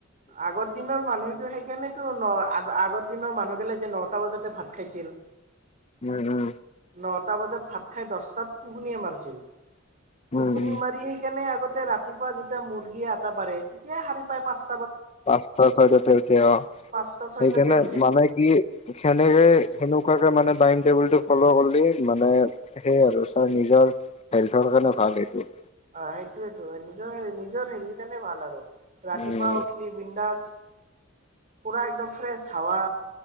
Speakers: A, on the right (about 40°); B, on the left (about 30°).
A: আগৰ দিনৰ মানুহ সেইকাৰণেতো ন আগ আগত দিনৰ মানুহ গ'লে যে নটা বজাতে ভাত খাইছিল।
B: উম উম
A: নটা বজাত ভাত খাই দহটাত টোপোনিয়েই মাৰিছিল।
B: উম
A: টোপনি
B: উম
A: মাৰি, সেই কেনোই আগতে তে ৰাতিপুৱা যেতিয়া মুৰ্গীয়ে আতা পাৰেই তেতিয়াই শাৰি পায়, পাঁচ
B: পচতা চইটা এতিয়া
A: পাঁচটা ছয়টাতে
B: সেইকাৰণে
A: উঠে
B: মানে কি সেনেকে, সেনো এনেকুৱাকে মানে টাইম টেবুলটো ফ'ল' কৰিলে, মানে সেয় আৰু ছ নিজৰ হেল্থৰ কাৰণে ভাল সেইটো।
A: অ' সেইটোয়েইটো নিজৰ-নিজৰ হেৰিৰ কাৰণে ভাল আৰু। ৰাতি
B: উম
A: পুৱা উঠলি বিন্দাছ, পোৰা একদম ফ্ৰেছ হাৱা